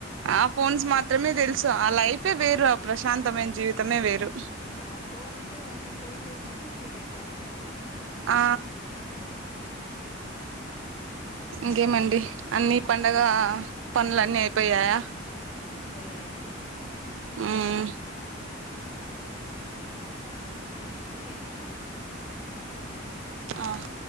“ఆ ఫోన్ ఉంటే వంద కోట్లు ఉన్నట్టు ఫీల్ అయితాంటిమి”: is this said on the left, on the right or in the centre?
Left